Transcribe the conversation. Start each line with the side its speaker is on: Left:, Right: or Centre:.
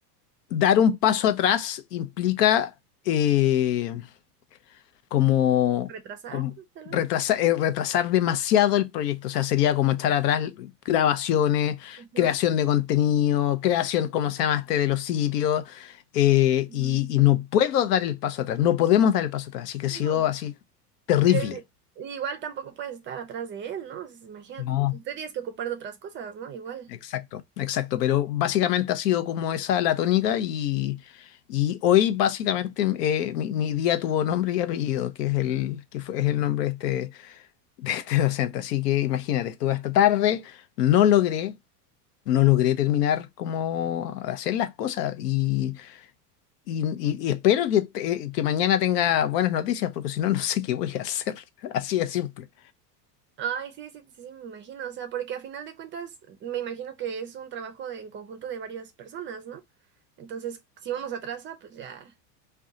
Left: dar un paso atrás implica eh, como,
Right: Retrasar,
Left: como
Right: tal
Left: retrasa-
Right: vez.
Left: eh, retrasar, demasiado el proyecto, o sea, sería como echar atrás grabaciones,
Right: Ajá.
Left: creación de contenido, creación, ¿cómo se llama este?, de los sitios, eh,
Right: Mm,
Left: y, y
Right: sí.
Left: no puedo dar el paso atrás, no podemos dar el paso atrás, así que
Right: No,
Left: ha sido así terrible.
Right: pero igual tampoco puedes estar atrás de él, ¿no? O sea, imagínate,
Left: No.
Right: tú te tienes que ocupar de otras cosas, ¿no? Igual.
Left: Exacto, exacto, pero básicamente ha sido como esa la tónica y, y hoy básicamente eh, mi, mi día tuvo nombre y apellido, que es el, que fue, es el nombre de este, <laughs> de este docente. Así que imagínate, estuve hasta tarde, no logré, no logré terminar como hacer las cosas y, y, y- y espero que, te- eh, que mañana tenga buenas noticias, porque si no, <laughs> no sé qué voy a hacer. <laughs> Así de simple.
Right: Ay, sí, sí, sí, sí, me imagino, o sea, porque a final de cuentas me imagino que es un trabajo de- en conjunto de varias personas, ¿no? Entonces, si uno se atrasa, pues ya